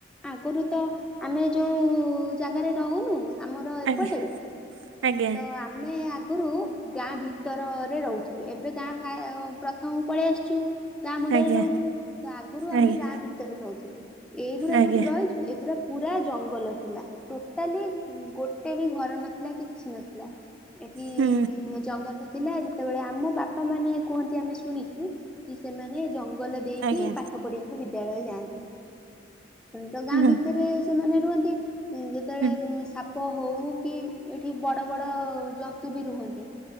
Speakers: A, in the centre; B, on the right.
A: ଆଗରୁ ତ ଆମେ ଯୋଉ ଜାଗାରେ ରହୁନୁ ଆମର ଏପଟେ
B: ଆଜ୍ଞା ଆଜ୍ଞା
A: ତ ଆ ଆମେ ଆଗରୁ ଗାଁ ଭିତରରେ ରହୁଥିଲୁ ଏବେ ଗାଁ ଫା ପ୍ରଥମକୁ ପଳେଇ ଆସିଛୁ। ଗାଁ ମୁଣ୍ଡରେ
B: ଆଜ୍ଞା
A: ରହୁଛୁ ତ ଆଗରୁ ଆମେ
B: ଆଜ୍ଞା
A: ଗାଁ ଭିତରେ ରହୁଥିଲୁ। ଏଇଗୁଡା
B: ଆଜ୍ଞା
A: ଯୋଉଠି ରହିଛୁ ଏଗୁରା ପୁରା ଜଙ୍ଗଲ ଥିଲା। ଟୋଟାଲି ଗୋଟେ ବି ଘର ନଥିଲା କି କିଛି ନଥିଲା। ଏଠି
B: ହୁଁ
A: ଜଙ୍ଗଲରେ ଥିଲା ଯେତେବେଳେ ଆମ ବାପା ମାନେ କୁହନ୍ତି ଆମେ ଶୁଣିଛୁ କି ସେମାନେ ଜ ଗଲ ଦେଇକି
B: ଆଜ୍ଞା
A: ପାଠ ପଢିବାକୁ ବିଦ୍ୟାଳୟ ଯାଆନ୍ତି। ତ ଗାଁ
B: ହୁଁ
A: ଭିତରେ ସେମାନେ ରୁହନ୍ତି। ଉଁ ଯେତେବେଳେ
B: ହୁଁ
A: ଉଁ ସାପ ହଉ କି ଏଠି ବଡ ବଡ ଜନ୍ତୁ ବି ରୁହନ୍ତି।